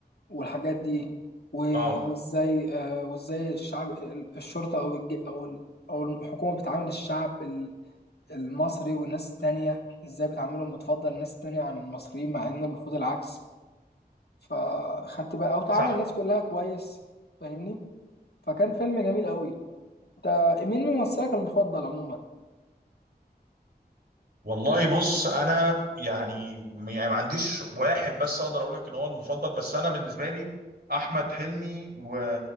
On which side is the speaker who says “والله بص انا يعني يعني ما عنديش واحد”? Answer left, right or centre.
Right